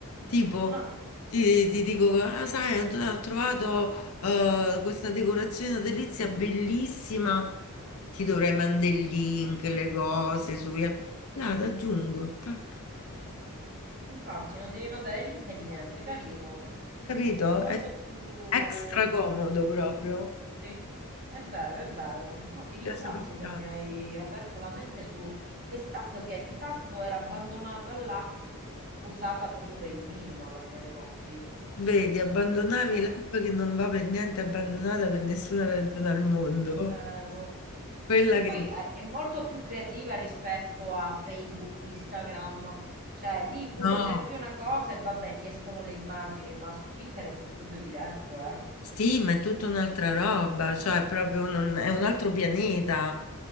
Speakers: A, on the left (about 70°); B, on the right (about 40°).
A: tipo,
B: Ah,
A: ti, ti dico, ah, sai, ho, ho trovato eh, questa decorazione delizia bellissima, ti dovrei mandare il link, le cose, su... Là, t'aggiungo, tac.
B: infatti non devi mandare link e niente, carino,
A: Capito?
B: molto
A: È
B: più
A: extra comodo proprio.
B: Sì, è vero, è vero. No, ti ringrazio
A: Piace proprio
B: che
A: tanto.
B: mi hai aperto la mente su quest'app che di fatto era abbandonata là, usata proprio per il minimo alla fine dei conti.
A: Vedi, abbandonavi
B: Ah,
A: l'app che non va per niente abbandonata per nessuna ragione al mondo.
B: è vero.
A: Quella
B: Che
A: che
B: poi è, è molto più creativa rispetto a Facebook, Instagram. Cioè, lì pure
A: no,
B: cerchi una cosa e vabbè, ti escono le immagini, ma su Pinterest è proprio diretto, eh.
A: Sì, ma è tutta un'altra roba, cioè proprio non- è un altro pianeta,